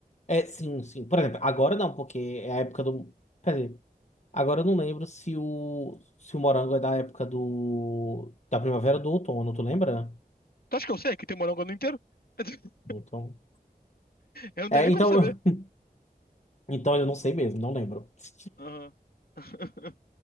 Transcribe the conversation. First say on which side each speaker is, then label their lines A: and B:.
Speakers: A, on the left; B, on the left.
A: É, sim, sim. Por exemplo, agora não, porque é a época do. Quer dizer, agora eu não lembro se o, se o morango é da época do, da primavera ou do outono, tu lembra?
B: Tu acha que eu sei que tem morango no ano inteiro? <laughs>
A: Então,
B: Eu não tenho
A: é,
B: nem
A: então,
B: como saber.
A: <laughs> então eu não sei mesmo, não lembro. <laughs>
B: Aham. <laughs>